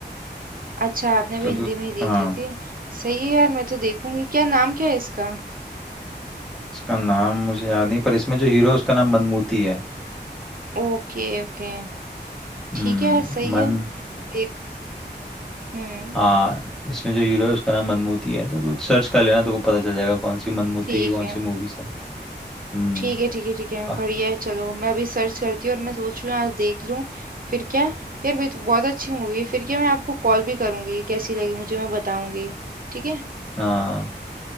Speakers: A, on the right (about 50°); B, in the centre.
A: अच्छा आपने भी
B: तो
A: हिंदी
B: तो
A: में ही देख
B: हाँ
A: ली थी सही है यार मैं तो देखूंगी क्या नाम क्या है इसका
B: इसका नाम मुझे याद नहीं पर इसमें जो हीरो है, उसका नाम मनमूती है
A: Okay okay
B: हम्म
A: ठीक है यार सही
B: मन
A: है देख हम्म
B: हाँ इसमें जो हीरो है उसका नाम मनमूती है तो तू सर्च कर लेना तो को पता चल जाएगा कौन सी मनमूती
A: ठीक
B: की कौन
A: है
B: सी मूवीज है हम्म
A: ठीक है ठीक है ठीक है
B: आ-
A: बढ़िया है चलो मैं अभी सर्च करती हूँ और मैं सोच रही हूँ आज देख लूँ फिर क्या यार भी तो बहुत अच्छी मूवी है फिर क्या मैं आपको कॉल भी करूंगी कैसी लगी मुझे मैं बताऊंगी ठीक है
B: हाँ